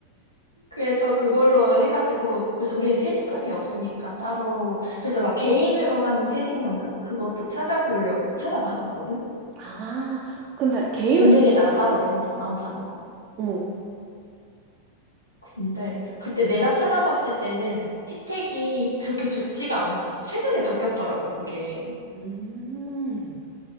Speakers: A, on the left (about 90°); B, on the right (about 35°).
A: 그래서 그걸로 해가지고 그래서 우리는 퇴직금이 없으니까 따로 그래서 막 개인으로 하는 퇴직연금 그것도 찾아보려고 찾아봤었거든
B: 아, 근데 개인은
A: 그 은행에다가
B: 좀 다르지.
A: 따로 내 혼자 나 혼자 하는 거
B: 어머.
A: 근데 그때 내가 찾아봤을 때는 혜택이 그렇게 좋지가 않았었어 최근에 바뀌었더라고 그게
B: 음.